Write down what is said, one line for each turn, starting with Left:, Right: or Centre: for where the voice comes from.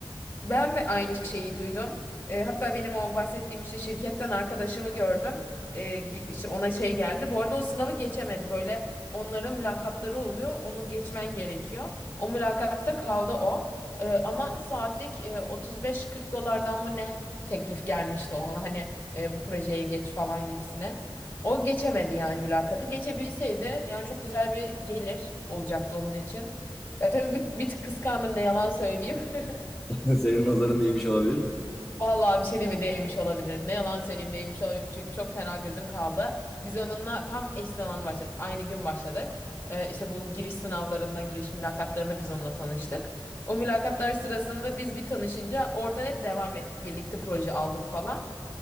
Left: Ben de aynı şeyi duydum. E, hatta benim o bahsettiğim işte şirketten arkadaşımı gördüm. E, gi- işte ona şey geldi. Bu arada o sınavı geçemedi. Böyle onların mülakatları oluyor. Onu geçmen gerekiyor. O mülakatta kaldı o. E, ama saatlik e, 35-40 dolardan mı ne teklif gelmişti ona. Hani e, bu projeye geç falan gibisine. O geçemedi yani mülakatı. Geçebilseydi yani çok güzel bir gelir olacaktı onun için. Ya tabii bir, bir tık kıskandım ne yalan söyleyeyim. <laughs>
Centre: <laughs> Senin nazarın değmiş olabilir mi?
Left: Vallahi bir şey değil mi değmiş olabilir. Ne yalan söyleyeyim değmiş olabilir çünkü çok fena gözüm kaldı. Biz onunla tam eş zamanlı başladık. Aynı gün başladık. Ee, işte bu giriş sınavlarında, giriş mülakatlarında biz onunla tanıştık. O mülakatlar sırasında biz bir tanışınca oradan hep devam ettik. Birlikte proje aldık falan.